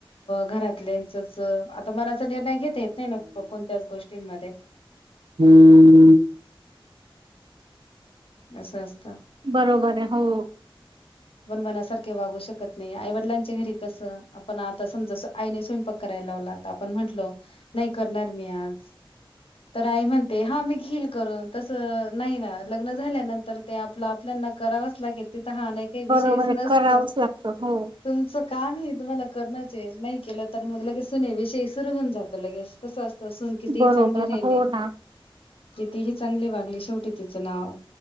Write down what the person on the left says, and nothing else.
घरातल्याचच आता मनाचा निर्णय घेत येत नाही ना कोणत्याच गोष्टींमध्ये
असं असतं
पण मनासारखे वागू शकत नाही आईवडिलांच्या घरी कसं आपण आता समजा आईने स्वयंपाक करायला लावला तर आपण म्हटलो नाही करणार मी आज तर आई म्हणते हा मी घेईल करून तसं नाही ना ल झाल्यानंतर ते आपलं आपल्याना करावंच लागेल ह नाही काही विषयच
नसत
तुमच काम हे तुम्हाला करणच हे नाही केलं तर मग लगेचन सुने विषयी सुर होऊन जातं लगेच कसं असत असून किती
चांगले राहिले.
कितीही चांगली वागली शेवटी तिचं नाव